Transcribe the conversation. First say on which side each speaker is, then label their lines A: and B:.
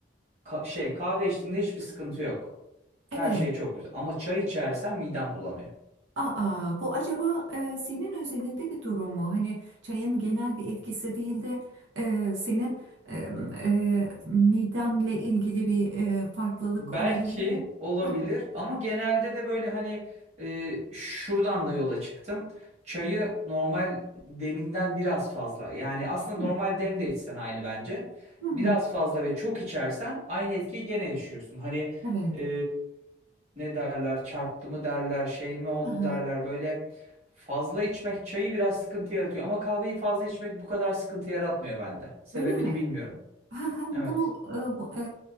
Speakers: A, on the right (about 35°); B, on the right (about 85°).
A: ka- şey kahve içtiğimde hiçbir sıkıntı yok. Her
B: evet.
A: şey çok güzel. Ama çay içersem midem bulanıyor.
B: Aa, bu acaba e, senin özelinde bir durum mu? Hani çayın genel bir etkisi değil de e, senin e, e, midenle ilgili bir e, farklılık
A: Belki
B: olabilir mi?
A: olabilir
B: Hı
A: ama genelde de böyle hani e, şuradan da yola çıktım. Çayı normal deminden biraz fazla. Yani aslında
B: hı,
A: normal dem de içsen aynı bence.
B: hı hı,
A: Biraz fazla ve çok içersen aynı etkiyi gene yaşıyorsun. Hani
B: Evet.
A: e, ne derler çarptı mı derler şey mi oldu
B: Hı hı.
A: derler böyle fazla içmek çayı biraz sıkıntı yaratıyor. Ama kahveyi fazla içmek bu kadar sıkıntı yaratmıyor bende. Sebebini
B: Öyle mi?
A: bilmiyorum.
B: Hı hı,
A: Evet.
B: Bunu e, bu- e,